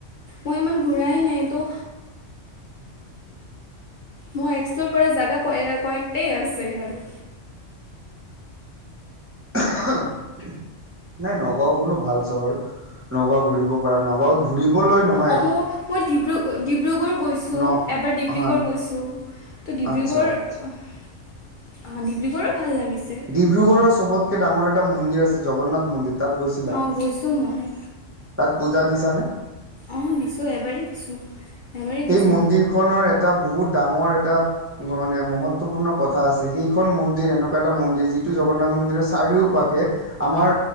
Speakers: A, on the left; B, on the right.
A: মই ইমান ঘূৰাই নাই তো মই এক্সপ্ল'ৰ কৰা জেগা কয়ক্টেই আছে আৰু।
B: <unintelligible> নাই নগাঁও খনো ভাল চহৰ, নগাঁও ঘূৰিব পাৰা নগাঁওত ঘূৰিবলৈ ন
A: অঁ মোৰ, মই ডিব্ৰু ডিব্ৰুগড় গৈছোঁ,
B: ন
A: এবাৰ ডিব্ৰুগড়
B: হা
A: গৈছোঁ। ত' ডিব্ৰুগড়
B: আচ্ছা
A: অহ, ডিব্ৰুগড়ো ভাল লাগিছে।
B: ডিব্ৰুগড়ৰ চবতকে ডাঙৰ এটা মন্দিৰ আছে, জগন্নাথ মন্দিৰ। তাত গৈছিলা?
A: অঁ গৈছোঁ মই
B: তাত পূজা দিছানে?
A: অঁ দিছোঁ, এবাৰেই দিছোঁ। এবাৰেই
B: সেই
A: গৈছোঁ
B: মন্দিৰ খনৰ এটা বহুত ডাঙৰ এটা এনেকোৱা মানে মহত্বপূৰ্ণ কথা আছে। সেইখন মন্দিৰ, এনেকুৱা এটা মন্দিৰ, যিটো জগন্নাথ মন্দিৰৰ চাৰিও পাশে আমাৰ